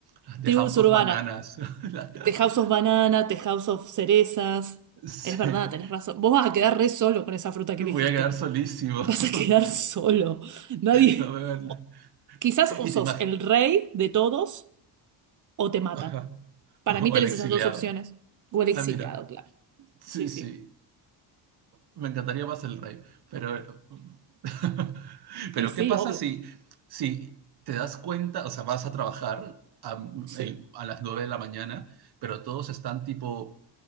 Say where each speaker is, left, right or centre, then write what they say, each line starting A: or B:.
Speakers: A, on the right; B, on the right.
A: las de
B: tribus
A: House
B: urbanas,
A: of Bananas. <laughs>
B: The House of Banana, The House of Cerezas.
A: sí,
B: Es verdad, tenés razón. Vos vas a quedar re solo con esa fruta que
A: voy
B: elegiste.
A: a quedar solísimo.
B: <laughs>
A: <laughs>
B: Vas a quedar solo. Nadie.
A: No, voy a van-
B: o- quizás o
A: y
B: sos
A: te imaginas.
B: el rey de todos o te matan.
A: <laughs>
B: Para
A: O
B: mí tenés
A: el exiliado.
B: esas dos opciones. O el exiliado,
A: Ah, mira.
B: claro.
A: Sí,
B: Sí, sí.
A: sí. Me encantaría más el rey. Pero, <laughs> pero
B: Y sí,
A: ¿qué pasa
B: obvio.
A: si, si te das cuenta, o sea, vas a trabajar a,
B: Sí.
A: el- a las 9 de la mañana, pero todos están tipo